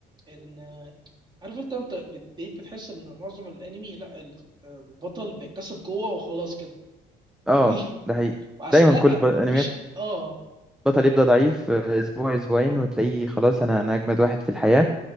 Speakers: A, on the right (about 25°); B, in the centre.
A: ان عارف انت انت بت- بقيت بتحس ان معظم الانمي لا ال- البطل بيكتسب قوه وخلاص كده
B: اه
A: فاهمني <laughs>
B: ده حقيقي
A: وعشان
B: دايما
A: لا
B: كل ب- انميات
A: مفيش اه
B: بطل يبدأ ضعيف آه، اسبوع اسبوعين وتلاقيه خلاص انا انا اجمد واحد في الحياة